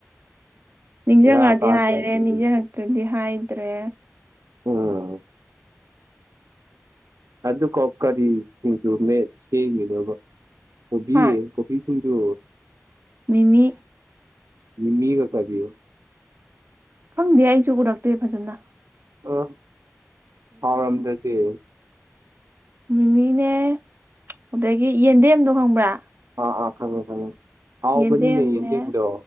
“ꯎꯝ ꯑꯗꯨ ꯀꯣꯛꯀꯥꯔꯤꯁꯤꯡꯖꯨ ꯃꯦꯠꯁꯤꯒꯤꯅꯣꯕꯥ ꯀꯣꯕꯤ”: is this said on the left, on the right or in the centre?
Right